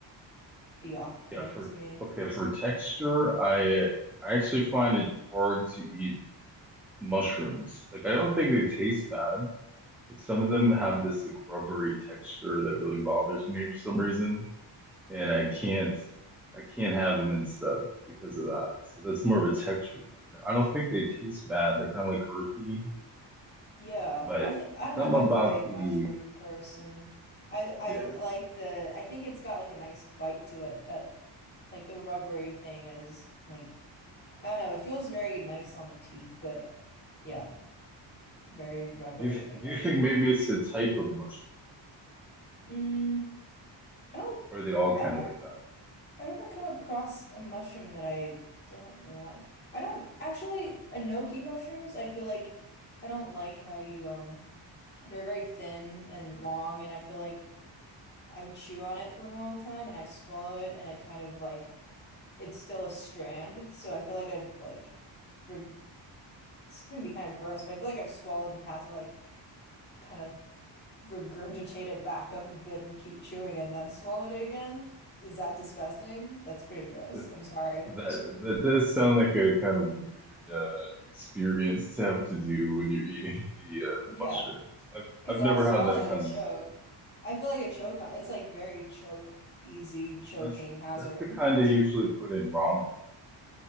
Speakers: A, on the left; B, in the centre.
A: be off-putting
B: Yeah, for
A: to me.
B: okay, for texture, I I actually find it hard to eat mushrooms. Like I don't think they taste bad. Some of them have this like rubbery texture that really bothers me for some reason, and
A: Mm.
B: I can't I can't have them and stuff because of that. So that's more of a texture thing. I don't think they taste bad. They're kind of like earthy,
A: Yeah,
B: but
A: I think I'm
B: something
A: a, I'm
B: about
A: a big
B: the
A: mushroom person. I I
B: yeah.
A: like the I think it's got like a nice bite to it that like the rubbery thing is like I don't know, it feels very nice on the teeth, but yeah, very rubbery,
B: Do you do
A: I guess.
B: you think maybe it's the type of mushroom?
A: Mm, I don't
B: Or are they all kind
A: I've never
B: of like that?
A: I've never come across a mushroom that I don't like. I don't actually enoki mushrooms, I feel like I don't like how you um they're very thin and long and I feel like I chew on it for a long time and I swallow it and it kind of like it's still a strand. So I feel like I've like reg it's gonna be kind of gross, but I feel like I've swallowed and had to like kind of regurgitate it back up a bit and keep chewing and then swallowed it again. Is that disgusting? That's pretty gross.
B: That
A: I'm sorry.
B: that, that does sound like a kind of weird uh, experience to have to do when you're eating <laughs> the uh,
A: Yeah,
B: mushrooms. I've
A: because
B: I've
A: I'll
B: never
A: swallow
B: had that kind
A: and
B: of
A: choke.
B: mushroom.
A: I feel like I choke on it's like very choke easy choking
B: That's
A: hazard.
B: that's the kind they usually put in ramen.